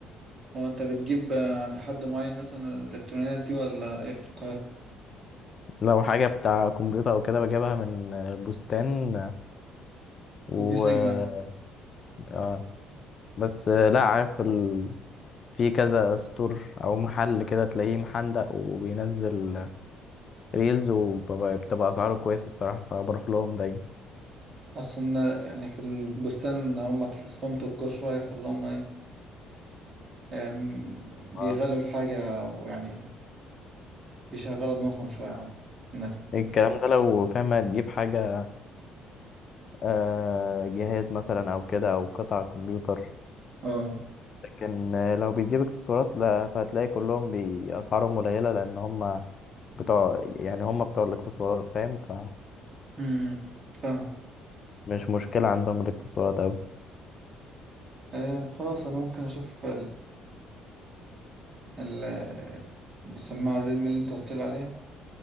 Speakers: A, on the right; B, on the left.
A: هو انت بتجيب آه، عند حد معين مثلا الالكترونيات دي ولا ايه في القاهره
B: لو حاجة بتاع كمبيوتر او كده بجيبها من بستان و
A: وفي سيجما
B: اه بس لا عارف ال... في كذا ستور او محل كده تلاقيه محندق وبينزل ريلز وبتبقى اسعاره كويسة الصراحة فبروح لهم دايما
A: اصلا يعني في البستان هم تحسهم تجار شويه فاللي هم ايه آم،
B: اه
A: بيغلوا الحاجه ويعني بيشغلوا دماغهم شويه عن الناس
B: الكلام ده لو فاهم هتجيب حاجة آه، جهاز مثلا او كده او قطع كمبيوتر
A: اه
B: لكن آه، لو بتجيب اكسسوارات لا فهتلاقي كلهم بأسعارهم قليلة لأن هم بتوع يعني هم بتوع الاكسسوارات فاهم فمش
A: امم فاهم
B: مشكلة عندهم الاكسسوارات أوي
A: آه خلاص انا ممكن اشوف ال- السماعة الريلمي اللي انت قلت لي عليها